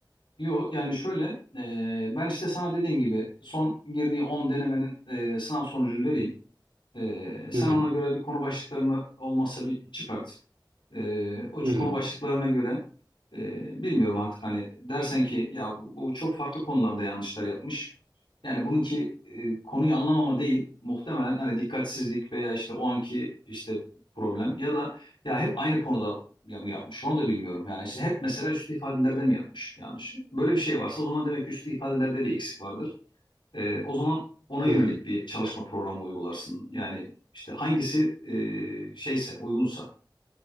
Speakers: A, on the left (about 85°); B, on the right (about 75°).
A: yo yani şöyle e, ben işte sana dediğim gibi son girdiği 10 denemenin e, sınav sonucunu vereyim. E, sen
B: Hı hı.
A: ona göre bir konu başlıklarını olmazsa bir çıkart. E, o
B: Hı hı.
A: konu başlıklarına göre e, bilmiyorum artık hani dersen ki ya bu, bu çok farklı konularda yanlışlar yapmış. Yani bununki e, konuyu anlamama değil muhtemelen hani dikkatsizlik veya işte o anki işte problem ya da ya hep aynı konuda ya mı yapmış onu da bilmiyorum. Yani işte hep mesela üstü ifadelerde mi yapmış yanlış. Böyle bir şey varsa o zaman demek ki üstü ifadelerde bir eksik vardır. E, o zaman ona yönelik
B: Hı.
A: bir çalışma programı uygularsın. Yani işte hangisi e, şeyse uygunsa